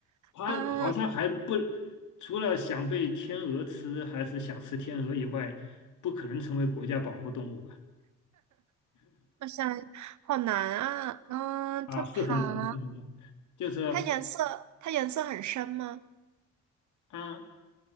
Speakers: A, on the left; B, on the right.
A: 它好像还不，
B: <laughs> 嗯，
A: 除了想被天鹅吃，还是想吃天鹅以外，不可能成为国家保护动物吧？
B: 我想，好难啊，嗯，
A: 啊，
B: 它爬。
A: 是很难，是很难。就是
B: 它颜色它颜色很深吗？
A: 啊，